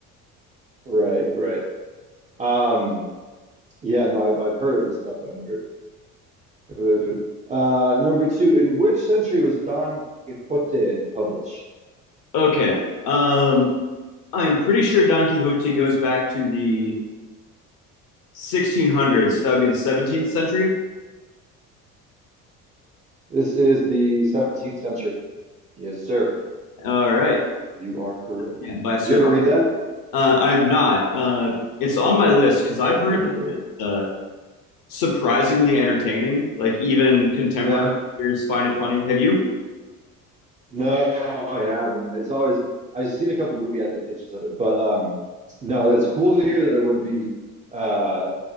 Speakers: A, on the right (about 20°); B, on the left (about 45°).
A: Right. Right. Um. Yeah. No, I've I've heard of his stuff. I've never. I've never- heard of it. Uh, number two. In which century was Don Quixote published?
B: Okay. Um, I'm pretty sure Don Quixote goes back to the 1600s, so that would be the 17th century.
A: This is the 17th century. Yes, sir.
B: All right.
A: You are correct.
B: Yeah, by Sir.
A: Did you ever read that?
B: Uh, I have not. Uh, it's on my list because I've heard
A: Me neither.
B: uh, surprisingly entertaining. Like even contemporary
A: Yeah.
B: readers find it funny. Have you?
A: No, I haven't. It's always I've seen a couple movie adaptations of it, but um, no, it's cool to hear that it would be uh